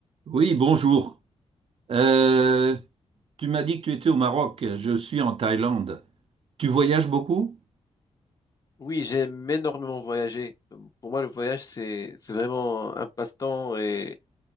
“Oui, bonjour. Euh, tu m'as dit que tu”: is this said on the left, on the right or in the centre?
Right